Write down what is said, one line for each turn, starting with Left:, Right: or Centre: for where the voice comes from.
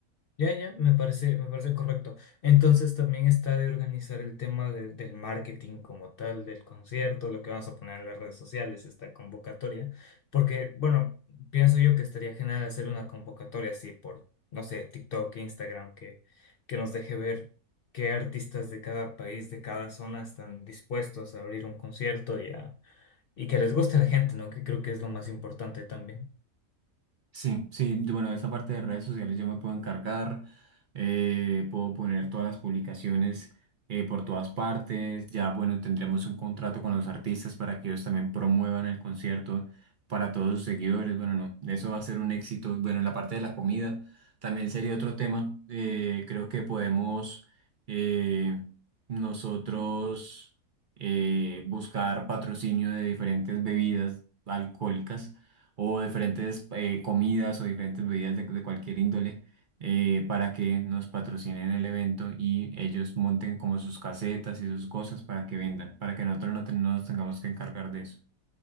Left: Ya, ya, me parece, me parece correcto. Entonces también está de organizar el tema de- del marketing como tal, del concierto, lo que vamos a poner en las redes sociales, esta convocatoria. Porque, bueno, pienso yo que estaría genial hacer una convocatoria así por, no sé, TikTok, Instagram, que, que nos deje ver qué artistas de cada país, de cada zona están dispuestos a abrir un concierto y, a, y que les guste a la gente, ¿no? Que creo que es lo más importante también.
Right: Sí, sí, yo- bueno, esa parte de redes sociales yo me puedo encargar, eh, puedo poner todas las publicaciones eh, por todas partes, ya bueno, tendremos un contrato con los artistas para que ellos también promuevan el concierto para todos sus seguidores, bueno, no, eso va a ser un éxito, bueno, en la parte de la comida también sería otro tema, eh, creo que podemos eh, nosotros eh, buscar patrocinio de diferentes bebidas alcohólicas o diferentes eh, comidas o diferentes bebidas de, de cualquier índole eh, para que nos patrocinen el evento y ellos monten como sus casetas y sus cosas para que vendan, para que nosotros no, ten- no nos tengamos que encargar de eso.